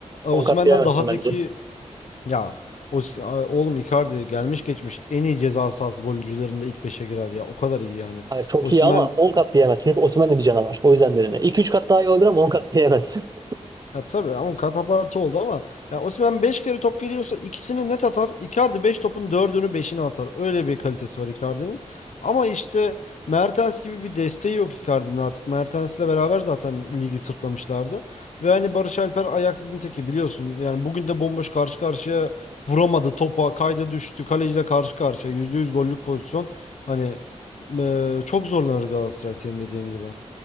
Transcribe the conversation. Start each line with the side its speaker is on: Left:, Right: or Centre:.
Left: E, Osimhen'den
Right: 10 kat diyemezsin
Left: daha zeki
Right: bence.
Left: ya Os- e, oğlum Icardi gelmiş geçmiş en iyi ceza sahası golcülerinde ilk beşe girer ya. O kadar iyi yani.
Right: Hayır, çok
Left: Osimhen
Right: iyi ama 10 kat diyemezsin. Çünkü Osimhen de bir canavar. O yüzden dedim ya. 2-3 kat daha iyi olabilir ama 10 kat diyemezsin. <laughs>
Left: Ya tabii ama katapartı oldu ama ya Osimhen 5 kere top geliyorsa ikisini net atar. Icardi 5 topun dördünü beşini atar. Öyle bir kalitesi var Icardi'nin. Ama işte Mertens gibi bir desteği yok Icardi'nin artık. Mertens'le beraber zaten ligi sırtlamışlardı. Ve hani Barış Alper ayaksızın teki biliyorsun. Yani bugün de bomboş karşı karşıya vuramadı topa. Kayda düştü. Kaleciyle karşı karşıya. yüzde yüz gollük pozisyon. Hani eee, çok zorlanır Galatasaray senin dediğin gibi.